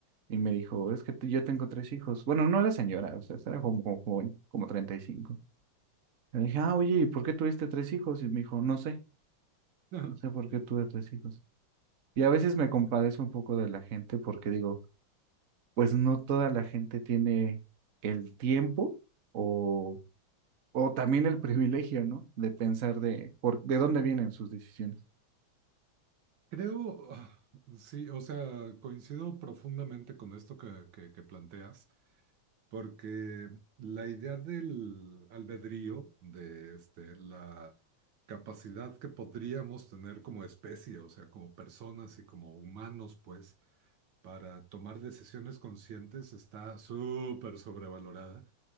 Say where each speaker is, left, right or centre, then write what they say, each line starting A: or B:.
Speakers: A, on the right (about 45°); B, on the right (about 70°).
A: Y me dijo, es que tú- yo tengo tres hijos. Bueno, no era señora, o sea, era como, como joven, como treinta y cinco Le dije, ah, oye, ¿y por qué tuviste tres hijos? Y me dijo, no sé,
B: <laughs>
A: no sé por qué tuve tres hijos. Y a veces me
B: claro.
A: compadezco un poco de la gente porque digo, pues no toda la gente tiene el tiempo o, o también el privilegio, ¿no? De pensar de, por, de dónde vienen sus decisiones.
B: Creo, ah, sí, o sea, coincido profundamente con esto que, que- que planteas, porque la idea del albedrío, de este, la capacidad que podríamos tener como especie, o sea, como personas y como humanos, pues, para tomar decisiones conscientes está súper sobrevalorada.